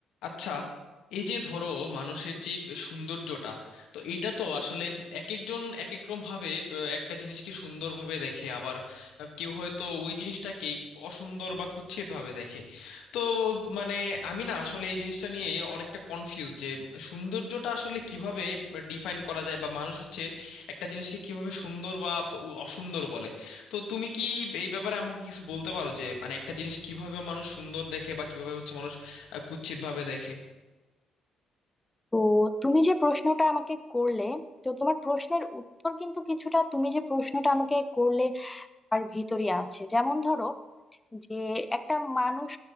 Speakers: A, on the left (about 65°); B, on the left (about 15°).
A: আচ্ছা এই যে ধরো মানুষের যে সৌন্দর্যটা তো এইটা তো আসলে এক একজন এক এক রকম ভাবে ব- একটা জিনিসকে সুন্দরভাবে দেখে আবার আহ, কেউ হয়তো ওই জিনিসটাকেই অসুন্দর বা কুৎসিত ভাবে দেখে তো মানে আমি না আসলে এই জিনিসটা নিয়ে অনেকটা কনফিউজ যে সৌন্দর্যটা আসলে কিভাবে ডিফাইন করা যায় বা মানুষ হচ্ছে একটা জিনিসকে কিভাবে সুন্দর বা উ- অসুন্দর বলে তো তুমি কি এই ব্যাপারে আমাকে কিছু বলতে পারো যে মানে একটা জিনিস কিভাবে মানুষ সুন্দর দেখে বা কিভাবে হচ্ছে কুৎসিত ভাবে দেখে
B: তো তুমি যে প্রশ্নটা আমাকে করলে তো তোমার প্রশ্নের উত্তর কিন্তু কিছুটা তুমি যে প্রশ্নটা আমাকে করলে আর ভিতরে আছে যেমন ধরো যে একটা মানুষ